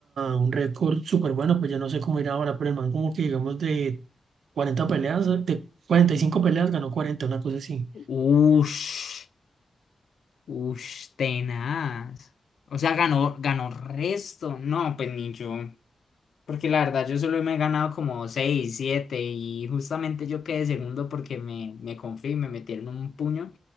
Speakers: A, on the right; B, on the left.
A: un récord súper bueno, pues ya no sé cómo irá ahora, pero el man como que digamos de 40 peleas, de 45 peleas ganó 40 una cosa así.
B: Ush, ush, tenaz. O sea, ganó, ganó resto. No, pues ni yo. Porque la verdad, yo solo me he ganado como 6 7 y justamente yo quedé segundo porque me, me confié y me metieron un puño.